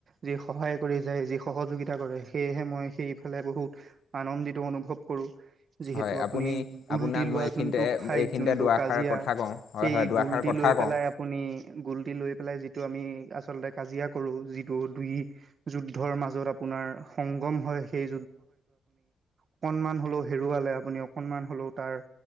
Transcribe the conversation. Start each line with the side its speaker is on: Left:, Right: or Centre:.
Right: যি সহায় কৰি যায় যি সহযোগিতা কৰে। সেয়েহে মই সেইফালে বহুত আনন্দিত অনুভৱ কৰোঁ। যিহেতু
Left: হয়
Right: আপুনি গুল্টি
Left: আপোনাক
Right: লোৱা
Left: মই এইখিনিতে
Right: যোনটো ফাইট,
Left: এইখিনিতে
Right: যোনটো
Left: দুআষাৰ
Right: কাজিয়া
Left: কথা কওঁ হয়
Right: সেই
Left: হয় দুআষাৰ
Right: গুল্টি
Left: কথা
Right: লৈ লৈ পেলাই
Left: কওঁ
Right: আপুনি, গুল্টি লৈ পেলাই যি হেতু আমি আচলতে কাজিয়া কৰো। যিটো দুই যুদ্ধৰ মাজত আপোনাৰ সংগম হয় হয় সেই অকণমান হ'লেও হেৰুৱালে আপুনি। অকণমান হ'লেও তাৰ